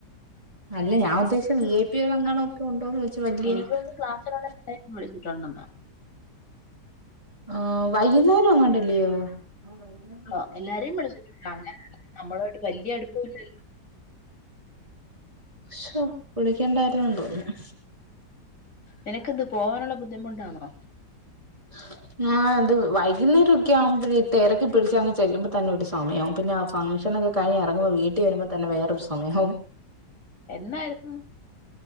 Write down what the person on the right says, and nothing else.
അല്ല ഞാൻ ഉദ്ദേശിച്ച വി ഐ പി കൾ അങ്ങണ ഒക്കെ ഉണ്ടോന്ന് വെച്ച വലിയ
<unintelligible>
ആഹ് വൈകുന്നേരം അങ്ങാണ്ടല്ലയോ <unintelligible>
ശോ വിളിക്കണ്ടായിരുന്നു തോന്നുന്നു
<unintelligible> ആഹ് ഇത് വൈകുന്നേരക്കെ ആകുമ്പ തിരക്ക് പിടിച്ച് അങ്ങ് ചെല്ലുമ്പോ തന്നെ ഒരു സമയാവും പിന്നെ ഫംഗ്ഷൻ ഒക്കെ കഴിഞ്ഞ് ഇറങ്ങുമ്പോൾ വീട്ടിൽ വരുമ്പോൾ തന്നെ വേറൊരു സമയവും